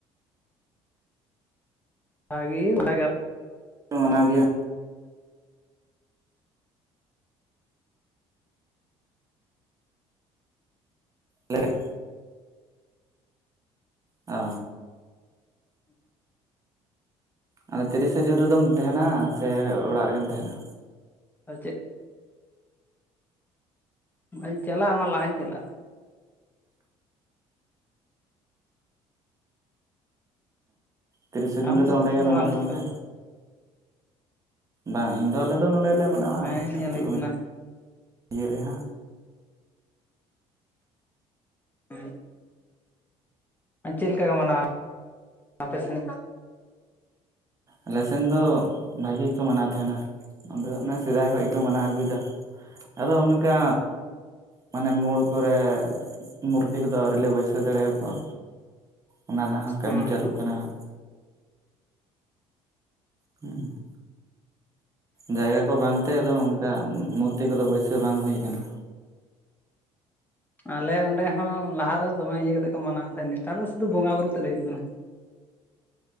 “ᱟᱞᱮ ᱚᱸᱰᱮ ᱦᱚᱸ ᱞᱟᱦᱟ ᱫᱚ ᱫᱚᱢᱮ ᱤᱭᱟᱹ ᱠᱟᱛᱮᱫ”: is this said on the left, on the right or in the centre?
Left